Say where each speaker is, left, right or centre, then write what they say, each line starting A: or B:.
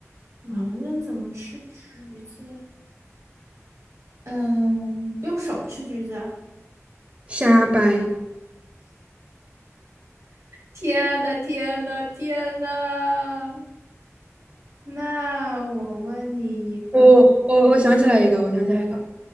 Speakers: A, on the right; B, on the right.
A: 盲人怎么吃橘子？嗯，用手吃橘子啊
B: 瞎掰。
A: 天呐，天呐，天呐！那我问你一个
B: 我我我想起来一个，我想起来一个，